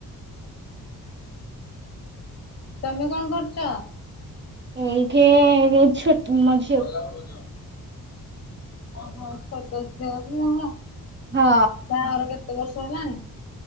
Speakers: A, on the left; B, on the right.
A: ତମେ କଣ କରୁଚ?
B: ଏଇଠେ ଛୋଟ୍ ମ ଝି
A: ଛୋଟ ଝିଅ କି ତମର?
B: ହଁ।
A: ବାହାଘର କେତେ ବର୍ଷ ହେଲାଣି?